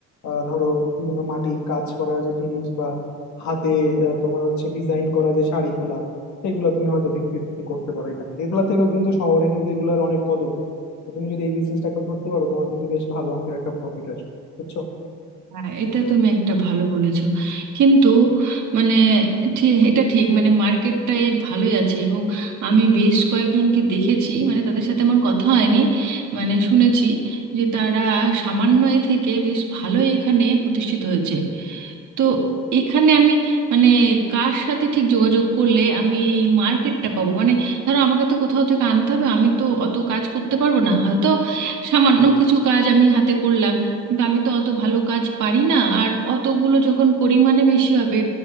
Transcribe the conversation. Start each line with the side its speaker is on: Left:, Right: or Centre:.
Left: আহ, ধরো বিভিন্ন মাটির কাজ করা যে জিনিস বা হাতে আহ, তোমার হচ্ছে ডিজাইন করা যে শাড়িগুলা সেইগুলা তুমি হয়তো বিক্রি টিক্রি করতে পারো এখানে এগুলা থেকেও কিন্তু শহরে কিন্তু এগুলার অনেক কদর তো তুমি যদি এই বিজনেসটা একবার ধরতে পারো তোমার কিন্তু বেশ ভালো অঙ্কের একটা প্রফিট আসবে বুঝছো
Right: হ্যাঁ এটা তুমি একটা ভালো বলেছো কিন্তু মানে ঠি- এটা ঠিক মানে মার্কেটটা এর ভালোই আছে এবং আমি বেশ কয়েকজনকে দেখেছি মানে তাদের সাথে আমার কথা হয়নি মানে শুনেছি যে তারা সামান্য এ থেকে বেশ ভালো এখানে প্রতিষ্ঠিত হয়েছে তো এখানে আমি মানে কার সাথে ঠিক যোগাযোগ করলে আমি এই মার্কেটটা পাবো মানে ধরো আমাকে তো কোথাও থেকে আনতে হবে আমি তো অত কাজ করতে পারবো না হয়তো সামান্য কিছু কাজ আমি হাতে করলাম কিন্তু আমি তো অত ভালো কাজ পারি না আর অতগুলো যখন পরিমাণে বেশি হবে